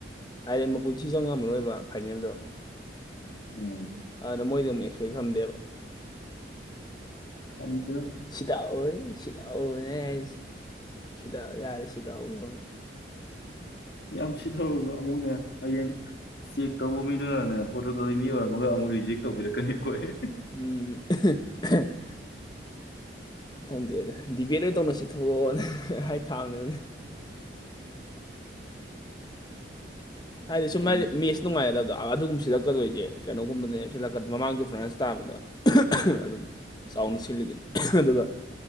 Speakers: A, on the left (about 25°); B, on the left (about 65°).
A: ꯍꯥꯏꯗ‌ꯦ ꯃꯄꯨꯟꯁꯤ ꯆꯪꯉꯝꯃꯔ‌ꯣꯏꯕ ꯐꯥꯏꯅꯦꯜꯗꯣ
B: ꯎꯝ
A: ꯑꯗꯨꯅ ꯃꯣꯏꯗꯤ ꯑꯃꯨꯛ ꯑꯦꯛꯁꯄꯦꯛ ꯊꯝꯗꯦꯕ
B: <inaudible>
A: ꯁꯤꯗꯥꯎꯔ‌ꯦ ꯁꯤꯗꯥꯎꯔ‌ꯦ ꯑꯩ ꯍꯥꯏꯁ ꯁꯤꯗ ꯌꯥꯔꯦ ꯁꯤꯗꯥꯎꯔꯨꯅ
B: ꯌꯥꯝ ꯁꯤꯊꯔꯨꯅ‌ꯣ ꯑꯃꯨꯛꯅꯦ ꯍꯌꯦꯡ ꯆꯦꯛ ꯇꯧꯕ ꯃꯤꯗꯨꯅꯅꯦ ꯄꯣꯔꯇꯨꯒꯜꯒꯤ ꯃꯤ ꯑꯣꯏꯔꯝꯃꯒ ꯑꯃꯨꯛ ꯔꯤꯖꯦꯛ ꯇꯧꯕꯤꯔꯛꯀꯅꯤ ꯑꯩꯈꯣꯏ
A: ꯎꯝ <unintelligible> ꯈꯪꯗ꯭ꯔꯦꯗ ꯗꯤꯕꯦꯠ ꯑꯣꯏ ꯇꯧꯅꯁꯦ ꯊꯣꯛꯂꯛꯑꯣꯅ ꯍꯥꯏ ꯇꯥꯝꯅꯦ ꯍꯥꯏꯗꯤ ꯁꯨꯝ
B: ꯒ꯭ꯌꯥꯟ
A: ꯃꯥꯒꯤꯗꯤ ꯃꯦꯁ ꯅꯨꯡꯉꯥꯏꯒꯗꯕꯗ ꯑꯗꯨꯒꯨꯝꯕꯁꯤꯗ ꯆꯛꯀꯗꯣꯏꯁꯦ ꯀꯩꯅꯣꯒꯨꯝꯕꯅꯦꯁꯤꯜꯂꯛꯀ ꯃꯃꯥꯡꯒꯤ ꯐ꯭ꯔꯦꯟꯁ ꯇꯥꯕꯗꯣ ꯑꯗꯨꯝ ꯆꯥꯎꯅ ꯁꯤꯜꯂꯤꯗꯨꯅꯤ ꯑꯗꯨꯒ